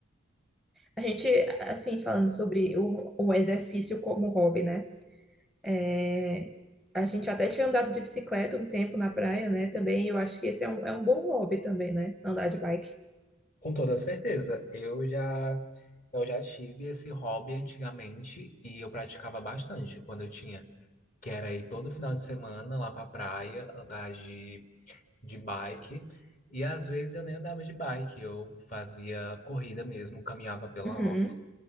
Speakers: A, in the centre; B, on the left.
A: A gente, assim, falando sobre o, o exercício como hobby, né? É, a gente até tinha andado de bicicleta um tempo na praia, né? Também eu acho que esse é um, é um bom hobby também, né? Andar de bike.
B: Com toda certeza. Eu já eu já tive esse hobby antigamente e eu praticava bastante quando eu tinha, que era ir todo final de semana lá pra praia, andar de, de bike. E às vezes eu nem andava de bike, eu fazia corrida mesmo, caminhava pela
A: Uhum.
B: orla.